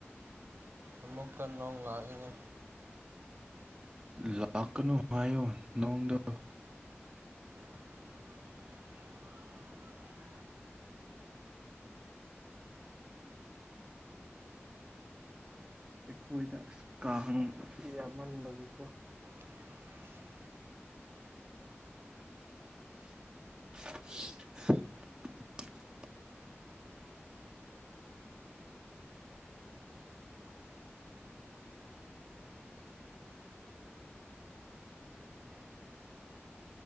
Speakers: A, on the right (about 55°); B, on the right (about 15°).
A: ꯑꯃꯃꯨꯛꯀꯟ ꯅꯣꯡꯂꯥ ꯏꯉ
B: ꯂꯥꯛꯀꯅꯨ ꯍꯥꯏꯌꯣ ꯅꯣꯡꯗ
A: <inaudible> ꯎꯝ
B: ꯑꯩꯈꯣꯏꯗ ꯑ ꯀꯥꯡ ꯌꯥꯝꯃꯟꯕꯒꯤꯀꯣ
A: <inaudible>
B: <inaudible>